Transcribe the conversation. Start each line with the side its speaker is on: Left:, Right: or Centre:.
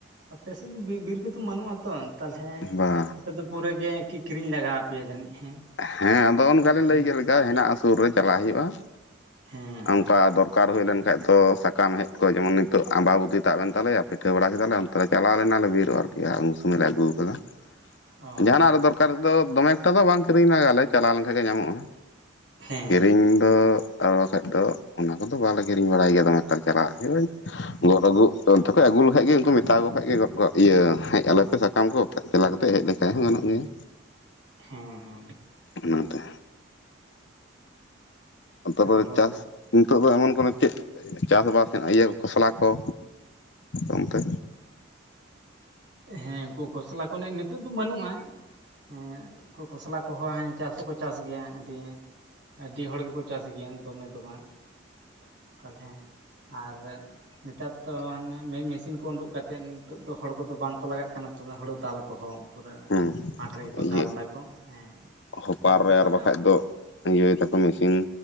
Right: ᱟᱯᱮ ᱥᱮᱫ ᱫᱚ ᱵᱤᱨ ᱠᱚᱫᱚ ᱵᱟᱹᱱᱩᱜᱼᱟ ᱛᱚ ᱛᱟᱦᱚᱞᱮ
Left: ᱵᱟ
Right: ᱟᱯᱮ ᱫᱚ ᱯᱩᱨᱟᱹ ᱜᱮ ᱠᱤᱨᱤᱧ ᱞᱟᱜᱟᱣ ᱯᱮᱭᱟ ᱡᱟᱹᱱᱤᱡ ᱦᱮᱸ
Left: ᱦᱮᱸ ᱟᱫᱚ ᱚᱱᱠᱟᱞᱤᱧ
Right: ᱦᱮᱸ
Left: ᱞᱟᱹᱭ ᱠᱮᱫ ᱞᱮᱠᱟ ᱦᱮᱱᱟᱜᱼᱟ ᱥᱩᱨ ᱨᱮ ᱪᱟᱞᱟᱜ ᱦᱩᱭᱩᱜᱼᱟ᱾
Right: ᱦᱮᱸ ᱦᱮᱸ
Left: ᱚᱝᱠᱟ ᱫᱚᱨᱠᱟᱨ
Right: ᱛᱟᱦᱚᱞᱮ
Left: ᱦᱩᱭ ᱞᱮᱱ ᱠᱷᱟᱡ ᱫᱚ ᱥᱟ <unintelligible> ᱥᱟᱠᱟᱢ ᱦᱮᱡ ᱠᱚ ᱡᱮᱢᱚᱱ ᱱᱤᱛᱚᱜ ᱟᱵᱟᱵᱩᱤ ᱛᱟ ᱮᱱ ᱛᱟᱞᱮᱭᱟ ᱯᱤᱴᱷᱟᱹ ᱵᱟᱲᱟ ᱠᱮᱫᱟᱞᱮ ᱚᱱᱛᱮ ᱪᱟᱞᱟᱣ ᱞᱮᱱᱟᱞᱮ <unintelligible> ᱟᱨᱠᱤ ᱩᱱ ᱥᱚᱢᱚᱭ ᱮ ᱟᱹᱜᱩ ᱟᱠᱟᱫᱟ
Right: ᱚ
Left: ᱡᱟᱦᱟᱱᱟᱜ
Right: ᱟᱪᱪᱷᱟ ᱟᱪᱪᱷᱟ
Left: ᱨᱮ ᱫᱚᱨᱠᱟᱨ ᱫᱚ ᱫᱚᱢᱮ ᱮᱠᱴᱟ ᱫᱚ ᱵᱟᱝ ᱠᱤᱨᱤᱧ ᱞᱟᱜᱞᱮ ᱪᱟᱞᱟᱣ ᱞᱮᱱᱠᱷᱟᱱ ᱜᱮ ᱧᱟᱢᱚᱜᱼᱟ᱾
Right: ᱦᱮᱸ
Left: ᱠᱤᱨᱤᱧ
Right: ᱦᱮᱸ
Left: ᱫᱚ ᱟᱨ ᱵᱟᱠᱷᱟᱡ ᱫᱚ ᱚᱱᱟ ᱠᱚᱫᱚ ᱵᱟᱞᱮ ᱠᱤᱨᱤᱧ ᱵᱟᱲᱟᱭ ᱜᱮᱭᱟ ᱱᱮᱛᱟᱨ ᱪᱟᱞᱟᱜ ᱦᱩᱭᱩᱜ-ᱟᱹᱜᱚᱫ ᱟᱹᱜᱩ ᱛᱮ ᱟᱹᱜᱩ ᱠᱩᱞ ᱠᱷᱟᱡ ᱜᱮ ᱩᱱᱠᱩ ᱢᱮᱛᱟᱣᱟᱠᱚ ᱠᱷᱟᱡ ᱜᱮ ᱜᱚᱫ ᱤᱭᱟᱹ ᱦᱮᱡ ᱟᱞᱮᱯᱮ ᱥᱟᱠᱟᱢ ᱠᱚ ᱵᱟᱠᱷᱟᱡ ᱪᱟᱞᱟᱣ ᱠᱟᱛᱮ ᱦᱮᱡ ᱞᱮᱠᱷᱟᱡ ᱦᱚᱸ ᱜᱟᱱᱚᱜ ᱜᱮᱭᱟ
Right: ᱦᱮᱸ ᱦᱮᱸ
Left: ᱚᱱᱟᱛᱮ ᱛᱟᱨᱯᱚᱨᱮ
Right: ᱛᱟᱯᱚᱨ
Left: ᱪᱟᱥ ᱱᱤᱛᱚᱜ ᱫᱚ ᱮᱢᱚᱱ ᱠᱚᱱᱚ ᱪᱮᱫ ᱪᱟᱥᱵᱟᱥ ᱦᱮᱱᱟᱜᱼᱟ ᱤᱭᱟᱹ ᱠᱷᱚᱥᱞᱟ ᱠᱚ ᱚᱱᱛᱮ
Right: ᱦᱮᱸ ᱩᱱᱠᱩ ᱠᱷᱚᱥᱞᱟ ᱠᱚᱱᱟᱜ ᱱᱤᱛᱳᱜ ᱫᱚ ᱵᱟᱹᱱᱩᱜᱼᱟ᱾ ᱦᱮᱸ ᱠᱷᱚᱥᱞᱟ ᱠᱚᱦᱚᱸ ᱪᱟᱥ ᱫᱚᱠᱚ ᱪᱟᱥ ᱜᱮᱭᱟ ᱟᱹᱰᱤ ᱟᱹᱰᱤ ᱦᱚᱲ ᱜᱮᱠᱚ ᱪᱟᱥ ᱜᱮᱭᱟ ᱫᱚᱢᱮ ᱫᱚ ᱵᱟᱝ ᱛᱟᱞᱦᱮ ᱟᱨ ᱱᱮᱛᱟᱨ ᱫᱚ ᱦᱮ ᱢᱮᱥᱤᱱ ᱠᱚ ᱩᱰᱩᱠ ᱠᱟᱛᱮᱫ ᱱᱤᱛᱚᱜ ᱫᱚ ᱦᱚᱲ ᱠᱚᱫᱚ ᱵᱟᱝᱠᱚ ᱠᱚ ᱞᱟᱜᱟᱜ ᱠᱟᱱᱟ ᱦᱩᱲᱩ ᱫᱟᱞ ᱠᱚᱦᱚᱸ ᱯᱩᱨᱟᱹ
Left: ᱦᱩᱸ
Right: ᱢᱟᱴᱷ ᱨᱮᱜᱮ ᱠᱚ
Left: ᱤᱭᱟᱹ
Right: ᱫᱟᱞ ᱫᱟᱠᱚ ᱦᱮᱸ
Left: ᱦᱚᱯᱟᱨ
Right: ᱮᱠᱟᱞᱛᱮ
Left: ᱨᱮ ᱟᱨ
Right: ᱵᱟᱜᱟᱣ
Left: ᱵᱟᱠᱷᱟᱡ ᱫᱚ ᱤᱭᱟᱹᱭ ᱛᱟᱠᱚ ᱢᱮᱥᱤᱱ
Right: ᱦᱮᱸ